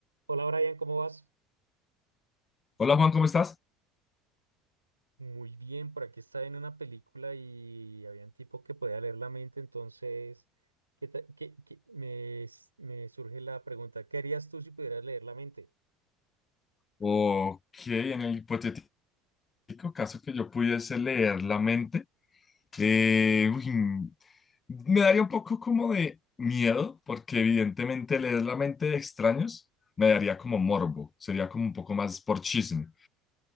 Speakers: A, on the right (about 85°); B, on the left (about 25°).
A: Hola Brian, ¿cómo vas?
B: Hola Juan, ¿cómo estás?
A: Muy bien, por aquí estaba en una película y había un tipo que podía leer la mente, entonces ¿qué ta- qué- qué- me, s- me surge la pregunta, ¿qué harías tú si pudieras leer la mente?
B: Ok, en el hipotético caso que yo pudiese leer la mente, eh, uy, mm, me daría un poco como de miedo, porque evidentemente leer la mente de extraños me daría como morbo, sería como un poco más por chisme.